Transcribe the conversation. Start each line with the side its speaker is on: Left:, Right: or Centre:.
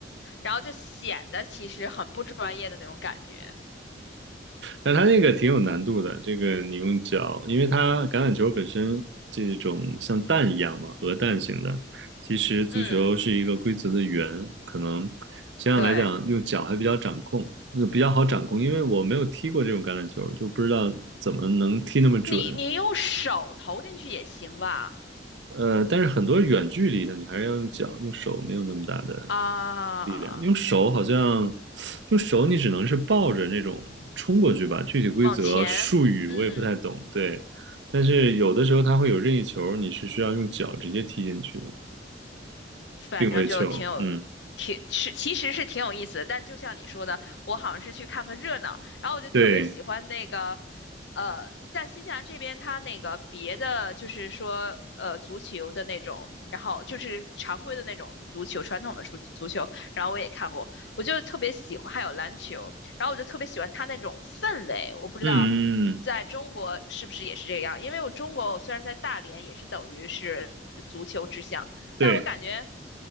Left: 然后就显得其实很不专业的那种感觉。
Right: 但它那个挺有难度的，这个你用脚，因为它橄榄球本身这种像蛋一样嘛，鹅蛋型的。其实足球是一个规则的圆，
Left: 嗯，
Right: 可能相对来讲用脚还比较掌控，
Left: 对，
Right: 呃比较好掌控，因为我没有踢过这种橄榄球，就不知道怎么能踢那么准。
Left: 你你用手投进去也行吧？
Right: 呃，但是很多远距离的你还是要用脚，用手没有那么大的
Left: 啊，
Right: 力量，用手好像，用手你只能是抱着那种冲过去吧。具体规则术语我也不太懂，
Left: 往前，嗯。
Right: 对。但是有的时候它会有任意球，你是需要用脚直接踢进去的，
Left: 反正就挺有，
Right: 定位球。嗯，
Left: 挺是其实是挺有意思的。但就像你说的，我好像是去看个热闹，然后我就特别喜欢那个，
Right: 对，
Left: 呃，在新西兰这边，它那个别的就是说，呃，足球的那种，然后就是常规的那种足球，传统的足足球，然后我也看过，我就特别喜欢，还有篮球，然后我就特别喜欢它那种氛围，我不知道。
Right: 嗯嗯，
Left: 在中国是不是也是这样？
Right: 嗯
Left: 因为我中国，我虽然在大连，也是等于是足球之乡，
Right: 对，
Left: 但是我感觉，